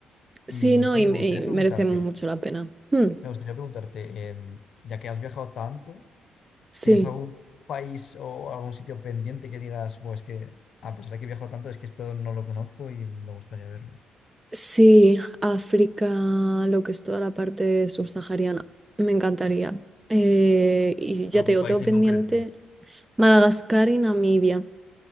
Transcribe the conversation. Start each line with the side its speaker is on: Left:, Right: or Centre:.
Right: sí,
Left: Y
Right: no,
Left: oye,
Right: y, y
Left: me gustaría preguntarte,
Right: merece mucho la pena. Mm,
Left: me gustaría preguntarte, em, ya que has viajado tanto,
Right: sí.
Left: ¿tienes algún país o algún sitio pendiente que digas, pues que a pesar de que he viajado tanto, es que esto no lo conozco y me gustaría verlo?
Right: Sí, África, lo que es toda la parte subsahariana. Me encantaría. Eh, y ya
Left: ¿Algún
Right: te digo,
Left: país
Right: tengo pendiente
Left: en concreto?
Right: Madagascar y Namibia.